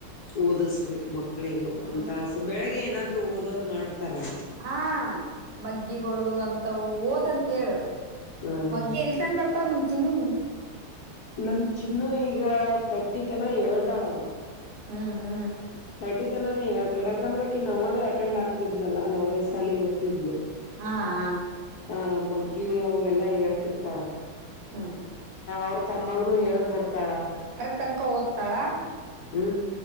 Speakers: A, on the left; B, on the right.
A: ಓದಸ್ಬೇಕು ಮಕ್ಳಿಗೆ
B: ಹ್ಮ್
A: ಒಂದ್ತಾಸು ಬೆಳಿಗೆ ಏನಾದ್ರು ಓದೋದ್ ಮಾಡ್ತಾರಾ.
B: ಹಾ ಮಗ್ಗಿಗಳು ಅಂತವು ಓದಂತ ಹೇಳು.
A: ಹ್ಮ್
B: ಮಗ್ಗಿ
A: ಹ್ಮ್
B: ಎಲ್ತನ್ ಬರ್ತಾವ್ ನಿಮ್ ಚಿನ್ನಿಗೆ.
A: ನಮ್ಮ ಚಿನ್ನು ಈಗ ತಟ್ಟಿ ತನಾ ಹೇಳ್ತಾಳ ಅವ್ಳು.
B: ಹು ಹು.
A: ತರ್ಟಿ ತನಾನು ಹೇಳತಾಳ ಯಾಕಂದ್ರ ಅಕಿ ನವೋದೇ ಅಟೆಂಡ್ ಆಗ್ತಿದ್ಲಲ್ಲ ನೋವದೇ ಸಾಲಿಗೆ ಹೋಗ್ತಿದ್ಲು.
B: ಹಾ ಆ.
A: ಹಾ ಮಗ್ಗಿ ಅವ ಎಲ್ಲಾ ಹೇಳ್ತಿರ್ತಾಳ.
B: ಹ್ಮ್
A: ಅವ್ರ ತಮ್ಮಗನು ಹೇಳ ಕೊಡ್ತಾಳ.
B: ತನಕಾ ಓದ್ತಾಳಾ.
A: ಹು.